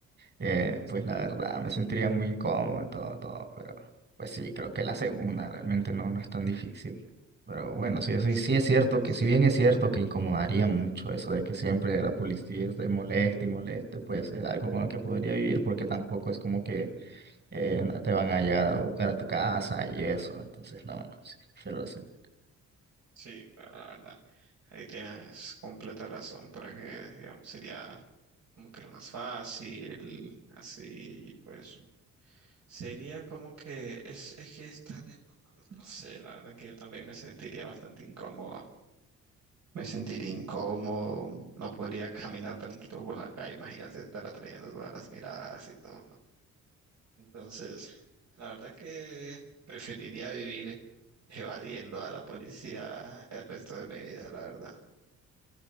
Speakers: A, on the right (about 35°); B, on the right (about 60°).
A: Eh, pues la verdad, me sentiría muy incómodo en todo, todo, pero pues sí, creo que la segunda realmente no, no es tan difícil. Pero bueno, sí, eso
B: Sí,
A: sí es cierto
B: sí,
A: que si bien es cierto que incomodaría mucho eso de que siempre la policía esté moleste y moleste, pues es algo con lo que podría vivir porque tampoco es como que eh, te van a llegar a buscar a tu casa y eso, entonces no, no, sí, prefiero la segunda.
B: sí, claro, la verdad. Ahí tienes completa razón, porque, digamos, sería como que lo más fácil, así, pues, sería como que es, es que estar desnudo, no sé, la verdad que yo también me sentiría bastante incómodo, me sentiría incómodo, no podría caminar tranquilo por la calle, imagínate estar atrayendo todas las miradas y todo. Entonces, la verdad que preferiría vivir evadiendo a la policía el resto de mi vida, la verdad.